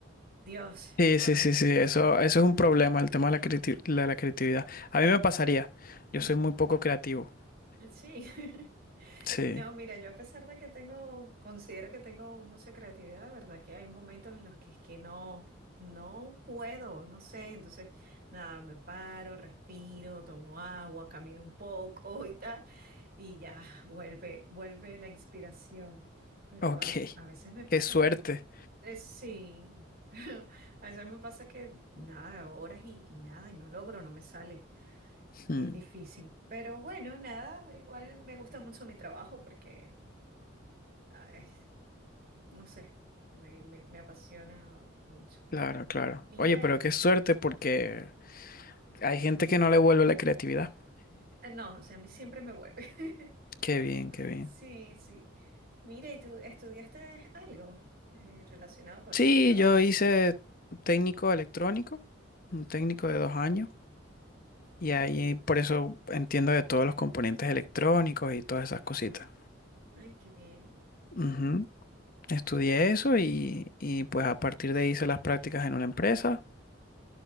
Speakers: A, on the right (about 50°); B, on the left (about 45°).
A: Dios,
B: Sí,
A: la
B: sí,
A: verdad.
B: sí, sí. Eso, eso es un problema, el tema de la creati- la, la creatividad. A mí me pasaría.
A: Mm,
B: Yo soy muy poco creativo.
A: Sí. <laughs>
B: Sí.
A: No, mira, yo a pesar de que tengo, considero que tengo mucha creatividad, verdad que hay momentos en los que es que no, no puedo, no sé, entonces nada, me paro, respiro, tomo agua, camino un poco y tal, y ya vuelve, vuelve la inspiración. Pero
B: Ok.
A: a, a veces me pasa
B: Qué suerte.
A: que, eh, sí, <laughs> pero a veces me pasa que nada, horas y, y nada, y no logro, no me sale.
B: Mm,
A: Y es difícil. Pero bueno, nada, igual me gusta mucho mi trabajo porque Ah, es- no sé, me, me- me apasiona mucho.
B: Claro, claro.
A: Mira,
B: Oye, pero qué suerte porque hay gente que no le vuelve la creatividad.
A: ah, no, o sea, a mí siempre me vuelve. <laughs>
B: Qué bien, qué bien.
A: Sí, sí. Mira, ¿y tú estudiaste algo eh, relacionado con
B: Sí,
A: esto?
B: yo hice técnico electrónico, un técnico de dos años. Y ahí por eso entiendo de todos los componentes electrónicos y todas esas cositas.
A: Ay, qué bien,
B: Ujú.
A: qué bien.
B: Estudié eso y, y pues a partir de ahí hice las prácticas en una empresa